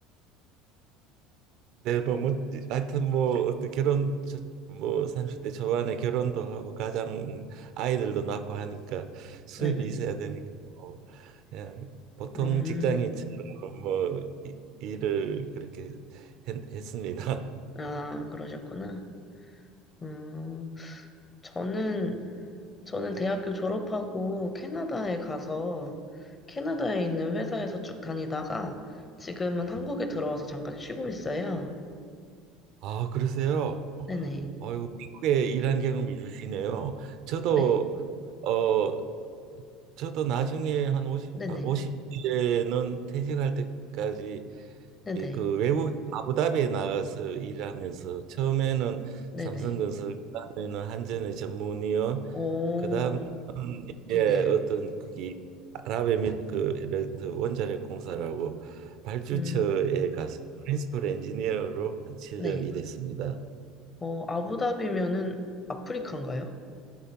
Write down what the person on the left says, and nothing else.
네네.
음,
아, 그러셨구나. 음, 저는 저는 대학교 졸업하고 캐나다에 가서 캐나다에 있는 회사에서 쭉 다니다가 지금은 한국에
들어와서 잠깐 쉬고 있어요.
네네.
네.
네네.
네네.
네네.
오.
네네.
음.
네.
어, 아부다비면은 아프리카인가요?